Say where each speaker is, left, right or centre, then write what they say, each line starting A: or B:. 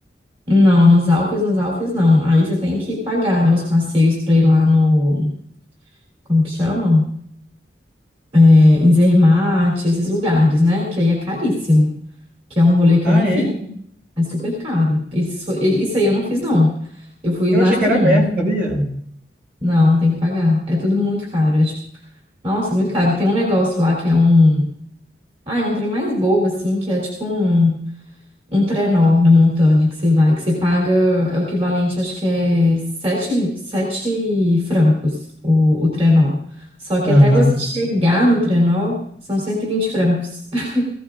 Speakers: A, on the right; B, on the right.
A: Não, nos Alpes, nos Alpes não. Aí você tem que pagar, né, os passeios pra ir lá no, como que chama? É, em Zermatt, esses lugares, né? Que aí é caríssimo, que é um rolê que
B: Ah,
A: eu não
B: é?
A: fiz. É super caro. Isso, isso aí eu não fiz, não. Eu fui
B: Eu
A: nas
B: achei que
A: trilhas.
B: era aberto, sabia?
A: Não, tem que pagar. É tudo muito caro. É tipo, nossa, muito caro. Tem um negócio lá que é um. Ah, é um trem mais bobo, assim, que é tipo um, um trenó na montanha que você vai, que você paga. É o equivalente, acho que é sete li- sete francos o, o trenó. Só que
B: Aham.
A: até você chegar no trenó, são 120 francos. <laughs>